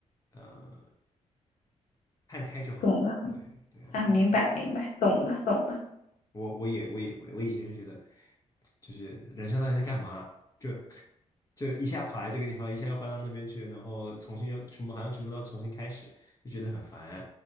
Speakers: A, on the left; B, on the left.
A: 呃看开就好，
B: 懂的
A: 对对啊。
B: 啊，
A: 看开
B: 明白明白，懂的懂的
A: 我我也我也会，我以前就觉得，就是人生到底在干嘛？就就一下跑来这个地方，一下又搬到那边去，然后重新又全部好像全部都要重新开始，就觉得很烦。